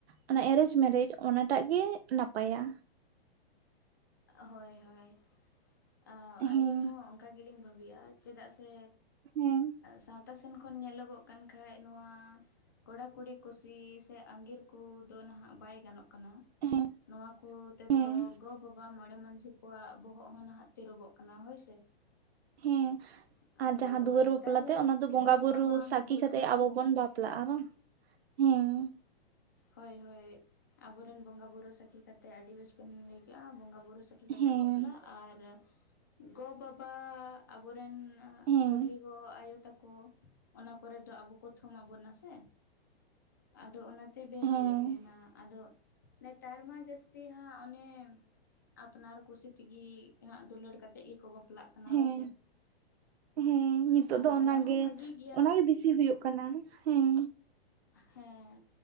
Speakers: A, on the right; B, on the left.
A: ᱚᱱᱟ ᱮᱨᱮᱧᱡᱽ ᱢᱮᱨᱮᱡᱽ ᱚᱱᱟᱴᱟᱜ ᱜᱮ ᱱᱟᱯᱟᱭᱟ
B: ᱦᱳᱭ ᱦᱳᱭ ᱟ
A: ᱦᱮᱸ
B: ᱟᱹᱞᱤᱧ ᱦᱚᱸ ᱚᱱᱠᱟ ᱜᱮᱞᱤᱧ ᱵᱷᱟᱹᱵᱤᱭᱟ ᱪᱮᱫᱟᱜ ᱥᱮ
A: ᱦᱮᱸ
B: ᱥᱟᱶᱛᱟ ᱥᱮᱱ ᱠᱷᱚᱱ ᱧᱮᱞᱚᱜᱚᱜ ᱠᱟᱱ ᱠᱷᱟᱡ ᱱᱚᱣᱟ ᱠᱚᱲᱟᱠᱩᱲᱤ ᱠᱩᱥᱤ ᱥᱮ ᱟᱸᱜᱤᱨ ᱠᱚᱫᱚ ᱱᱟᱦᱟᱜ ᱵᱟᱭ ᱜᱟᱱᱚᱜ ᱠᱟᱱᱟ ᱠᱟᱱᱟ
A: ᱦᱮᱸ
B: ᱱᱚᱣᱟ ᱠᱚ ᱛᱮᱫᱚ
A: ᱦᱮᱸ
B: ᱜᱚ ᱵᱟᱵᱟ ᱢᱚᱬᱮ ᱢᱟᱸᱡᱷᱤ ᱠᱚᱣᱟᱜ ᱵᱚᱦᱚᱜ ᱦᱚᱸ ᱱᱟᱦᱟᱜ ᱛᱤᱨᱩᱵᱚᱜ ᱠᱟᱱᱟ ᱦᱳᱭ ᱥᱮ
A: ᱦᱮ
B: ᱟᱫᱚ
A: ᱟᱨ ᱡᱟᱦᱟᱸ ᱫᱩᱣᱟᱹᱨ
B: ᱱᱮᱛᱟᱨ
A: ᱵᱟᱯᱞᱟᱛᱮ ᱚᱱᱟ ᱫᱚ
B: ᱜᱤᱫᱽᱨᱟᱹ
A: ᱵᱚᱸᱜᱟ
B: ᱠᱚᱢᱟ
A: ᱵᱩᱨᱩ
B: ᱵᱟᱝᱠᱚ
A: ᱥᱟᱠᱷᱤ
B: ᱵᱩᱡᱷᱟᱹᱣ
A: ᱠᱟᱛᱮ ᱟᱵᱚ
B: ᱮᱫᱟ
A: ᱵᱚᱱ ᱵᱟᱯ ᱞᱟᱜ-ᱟ ᱵᱟᱝ ᱦᱮᱸ
B: ᱦᱳᱭ ᱦᱳᱭ ᱟᱵᱚᱨᱮᱱ ᱵᱚᱸᱜᱟ ᱵᱩᱨᱩ ᱥᱟᱹᱠᱷᱤ ᱠᱟᱛᱮᱫ ᱟᱹᱰᱤ ᱵᱮᱥ ᱵᱮᱱ ᱞᱟᱹᱭ ᱠᱮᱫ-ᱟ ᱵᱚᱸᱜᱟ ᱵᱩᱨᱩ ᱵᱩᱨᱩ ᱥᱟᱹᱠᱷᱤ ᱠᱟᱛᱮᱫ
A: ᱦᱮᱸ
B: ᱵᱟᱯᱞᱟ ᱟᱨ ᱜᱚ ᱵᱟᱵᱟ ᱟᱵᱚᱨᱮᱱ
A: ᱦᱮᱸ
B: ᱵᱩᱰᱷᱤ ᱜᱚ ᱟᱭᱳ ᱛᱟᱠᱚ ᱚᱱᱟ ᱠᱚᱨᱮ ᱫᱚ ᱟᱵᱚ ᱠᱚ ᱛᱷᱢ ᱟᱵᱚᱱᱟ ᱥᱮ ᱟᱫᱚ ᱚᱱᱟᱛᱮ ᱵᱮᱥ
A: ᱦᱮᱸ
B: ᱦᱩᱭᱩᱜ ᱛᱟᱦᱮᱱᱟ ᱟᱫᱚ ᱱᱮᱛᱟᱨ ᱢᱟ ᱡᱟᱹᱥᱛᱤ ᱦᱟᱸᱜ ᱚᱱᱮ ᱟᱯᱱᱟᱨ ᱠᱩᱥᱤ ᱛᱮᱜᱮ ᱦᱟᱜ ᱫᱩᱞᱟᱹᱲ ᱠᱟᱛᱮᱜ ᱜᱮᱠᱚ ᱵᱟᱯᱞᱟᱜ ᱠᱟᱱᱟ
A: ᱦᱮᱸ
B: ᱦᱳᱭᱥᱮ
A: ᱦᱮᱸ ᱱᱤᱛᱚᱜ
B: ᱟᱫᱚ
A: ᱫᱚ ᱚᱱᱟᱜᱮ
B: ᱚᱱᱟ ᱦᱚᱸ ᱵᱷᱟᱜᱤ ᱜᱮᱭᱟ
A: ᱚᱱᱟᱜ ᱵᱮᱥ ᱥᱤ ᱦᱩᱭᱩᱜ ᱠᱟᱱᱟ ᱦᱮᱸ
B: ᱦᱮᱸ